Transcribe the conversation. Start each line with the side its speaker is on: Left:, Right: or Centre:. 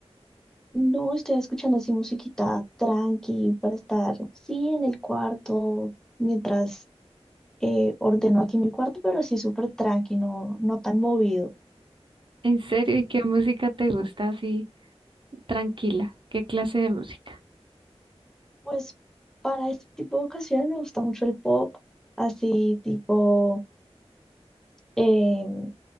Centre: No, estoy escuchando así musiquita tranqui para estar, sí, en el cuarto, mientras eh, ordeno aquí mi cuarto, pero sí súper tranqui, no, no tan movido.
Right: ¿En serio? ¿Y qué música te gusta así tranquila? ¿Qué clase de música?
Centre: Pues para este tipo de ocasiones me gusta mucho el pop, así tipo em,